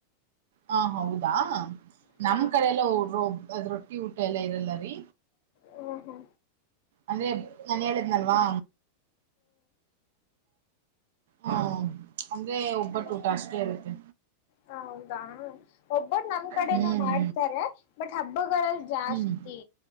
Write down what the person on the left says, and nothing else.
ಹ
ಹ್ಮ ಹಾ
ಹ್ಮ್
ಹೌದಾ ಒಬ್ಬಟ್ಟ ನಮ್ ಕಡೆನೂ
ಮಾಡ್ತಾರೆ ಬಟ್ ಹಬ್ಬಗಳಗಳಲ್ಲಿ ಜಾಸ್ತಿ